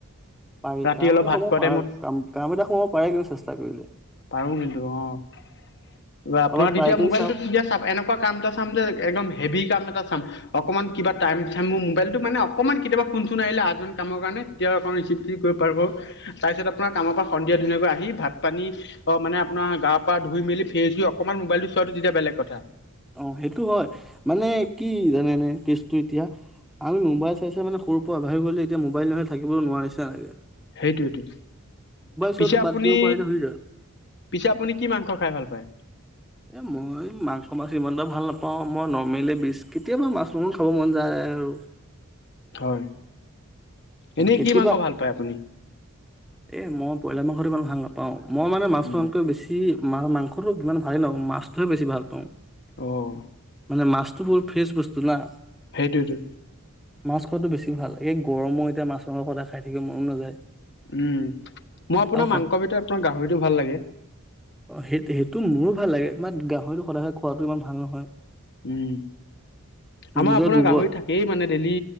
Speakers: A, in the centre; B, on the left.
A: পাৰি
B: ৰাতি
A: কাম
B: অলপ
A: এটা
B: ভাত
A: সোমাব
B: খোৱা
A: পাৰা
B: টাইমত
A: কাম কাম এটা সোমাব পাৰে কিন্তু চেষ্টা কৰিলে।
B: পাৰো কিন্তু অ' আপোনাৰ
A: অলপ
B: তেতিয়া
A: ট্ৰাই কৰি
B: মোবাইলটো
A: চাওক
B: তেতিয়া এনেকুৱা কাম এটা চাম যে একদম হেভি কাম এটা। অকমান কিবা টাইম চাইম মোৰ মোবাইলটো মানে অকণমান কেতিয়াবা ফোনচোন আহিলে আ এজন কামৰ কাৰণে তেতিয়াও আক ৰিচিভ চ কৰিব পাৰ তাৰপিছত আপোনাৰ কামৰ পৰা সন্ধিয়া ধুনীয়াকৈ আহি ভাত পানী অ' মানে আপোনাৰ গা পৰা ধই মেল ফেছু অকণমান মোবাইলটো চোৱাটো তেতিয়া বেলেগ কথা
A: অ' সেইটো হয় মানে কি জানে এনে কেছটো এতিয়া আমি মোবাইল চাই চাই মানে সৰুৰ পৰা আগবাঢ়ি গ'লে এতিয়া মোবাইল মোবাইল থাকিবলৈ নোৱাৰিছে এনেকে
B: সেইটোৱেইটো
A: চোৱাটো
B: পিছে
A: বাদ
B: আপুনি
A: দিব পাৰিলে হৈ যায়।
B: পিছে আপুনি কি মাংস খাই ভাল পায়।
A: এ মই মাংস মাছ ভাল নাপাওঁ। মই নৰ্মিলে বিজ কেতিয়াবা মাছ মাংস খাব মন যায় আৰু।
B: হয়। এনেই
A: কেতিয়াবা
B: কি মাংস ভাল পায় আপুনি।
A: এ মই বইলা মাংসটো ইমান ভাল নাপাওঁ‌। মই মানে মাছ
B: উম,
A: মনকে বেছি। মা মাংসটো যিমান ভালেই লওঁ মাছটোহে বেছি ভাল পাওঁ।
B: আহ।
A: মানে মাছটোবোৰ ফ্ৰেছ বস্তু না।
B: সেইটোয়েটো।
A: মাছ খোৱাটো বেছি ভাল। এই গৰমত খ পদা খাই থাকে মন নাযায়।
B: উম মই আপোনাৰ
A: আৰু স
B: মাংস ভিতৰত আপোনাৰ গাহৰিটো ভাল লাগে।
A: সেই সেইটো মোৰো ভাল লাগে বাত গাহৰিটো সদায় খোৱাটো ইমান ভাল নহয়।
B: উম আমাৰ
A: নিজৰ
B: আপোনাৰ
A: দুৰ্বল
B: গাহৰি থাকেই মানে ডেইলি